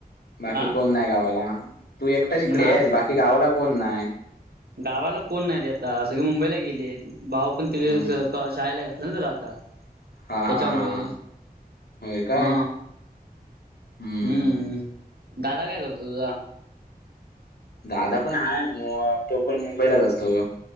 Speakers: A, on the left; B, on the right.
A: बाकी
B: आ
A: कोण नाही गावाला तू एकटा श इिकडे
B: नाही
A: आहेस बाकी गावाला कोण नाही.
B: गावाला कोण नाही रे आता सगळे मुंबईला गेले भाऊ पण त
A: हम्म
B: शाळेला. लजलाता.
A: हा
B: त्याच्यामुळे
A: हा हा हा होय काय
B: हा
A: हम्म
B: हम्मम. दादा काय करतो तुझा
A: दादा पण हाय तो पण मुंबईलाच असतो.